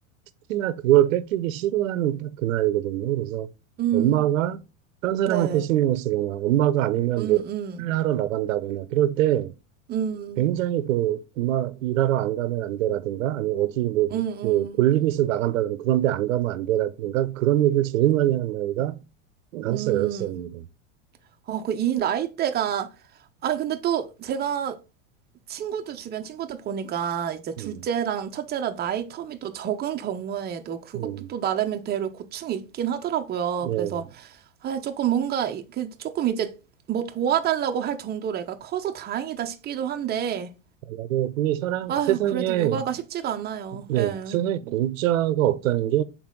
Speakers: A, on the right; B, on the right.
A: 특히나 그걸 뺏기기 싫어하는 딱 그 나이거든요. 그래서
B: 음,
A: 엄마가 딴 사람한테
B: 네.
A: 신경을 쓰거나 엄마가 아니면
B: 음,
A: 뭐
B: 음,
A: 일하러 나간다거나 그럴 때
B: 음,
A: 굉장히 그 엄마 일하러 안 가면 안 돼라든가 아니 어디 뭐,
B: 음,
A: 뭐 볼일
B: 음,
A: 이 있어 나간다든가 그런데 안 가면 안 돼라든가 그런 얘기를 제일 많이 하는 나이가 다섯
B: 음.
A: 살, 여섯 살입니다.
B: 어, 그 이 나이대가, 아, 근데 또 제가 친구들, 주변 친구들 보니까 이제
A: 음,
B: 둘째랑 첫째랑 나이 텀이 또 적은 경우에도 그것도
A: 음,
B: 또 나름대로 고충이 있긴 하더라고요.
A: 예.
B: 그래서, 아, 조금 뭔가, 이- 그 조금 이제 뭐 도와달라고 할 정도로 애가 커서 다행이다 싶기도 한데,
A: 만약에 이 사람,
B: 아유,
A: 세상에,
B: 그래도 육아가 쉽지가 않아요.
A: 네,
B: 예.
A: 세상에 공짜가 없다는 게